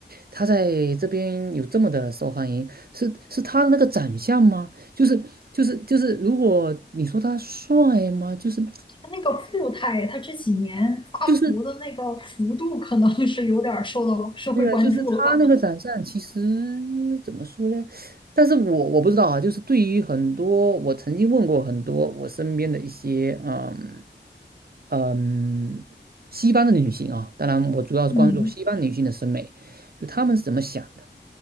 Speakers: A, on the right (about 55°); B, on the left (about 25°).
A: 他在这边有这么的受欢迎？是是他的那个长相吗？就是就是就是，如果你说他帅吗？就是
B: 他那个富态，他这几年发福的那个幅度，
A: 就是。
B: 可能是有点儿受到社会关注了吧？
A: 对啊，就是他那个长相，其实怎么说呢？但是我我不知道啊，就是对于很多我曾经问过很多我身边的一些嗯嗯西方的女性啊，当然我主要是关注西方女性的审美，
B: 嗯，
A: 就她们是怎么想的。